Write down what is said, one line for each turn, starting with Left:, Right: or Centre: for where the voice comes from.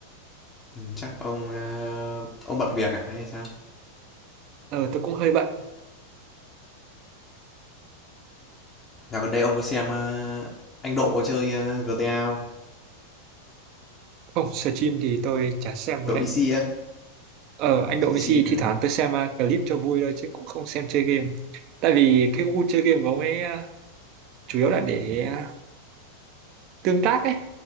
Left: Ừ, chắc ông, a, ông bận việc à hay sao?
Right: Ờ, tôi cũng hơi bận.
Left: Dạo gần đây ông có xem, a, anh Độ chơi, uh, giê tê a, GTA không?
Right: Không, stream thì tôi chả xem rồi
Left: Độ
Right: đấy
Left: Messi á,
Right: Ờ, anh Độ
Left: xem
Right: Messi
Left: chi mà,
Right: thi
Left: này.
Right: thoảng tôi xem uh, clip cho vui thôi chứ cũng không xem chơi game. Tại vì cái gu chơi game của ông ấy uh, chủ yếu là để uh, tương tác ấy.